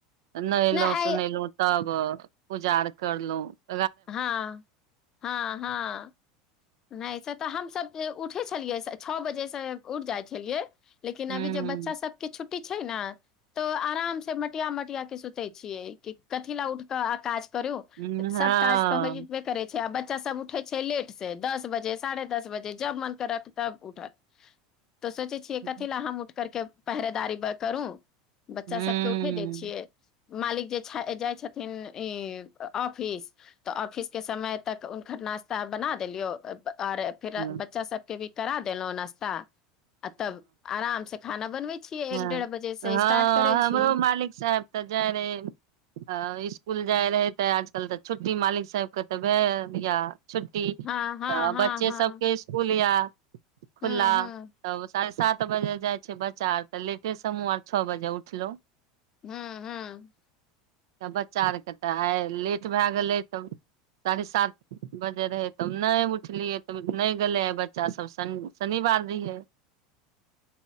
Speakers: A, on the right; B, on the left.
A: नहिल
B: नहि आइ
A: सुनल तऽ पुजार करलहुं
B: हँ हँ हँ नहि से तऽ हमसब उठै छलियै छओ बजेसँ उठि जाइ छलियै लेकिन
A: ह
B: अभ जब बच्चा सबके छुट्टी छै ने तो आराम से मटिया मटिया के सुत े छियै कि कथी लए उठ क आकाश कर
A: ह
B: सब काज त हइ करै छै आ ब बच्चा सब उठै छै लेट दस बजे साढ़े दस बजे जब मन करत तब उठत तऽ सोचै छियै
A: हँ
B: कथी लए हम उठकरके पहिरेदारी ब करू बच्चा
A: हूँ
B: सबके उठे दै छियै मालिक जे जाइ छथिन ई ऑफिस तऽ ऑफिस के समय तक हुनकर नाास्ता बनात देलियो आऔर फिर
A: हँ
B: बच्चा सबके भी करा देलहुँं नाश्ता आ तब आराम से खाना बनबै छियै
A: ह
B: एक डेढ़ बजे से
A: हँ
B: स्टार्ट करै
A: हमरो
B: छी
A: मालिक साहब तऽ जाय रहे इसकुल जाय रहय ते आजकल तऽ छुट्टी मालिक सबके तऽ भेल दा छुट्टी तऽ
B: हँ हँ हँ
A: बच्चे
B: हँ
A: सबके स्कूल या खुला
B: हूँ हूँ
A: त साढ़े सात बजल जाइ छै बचार तऽ लेटे समूह आर छ बजे उठलो
B: हँ हँ
A: तऽ बच्चा आरकेँ तऽ आइ लेट भए गेलै तब साढ़े सात बजे रहै तब नहि उठलियै तऽ नहि गेलै आइ बच्चासभ शनि शनिवार रहियै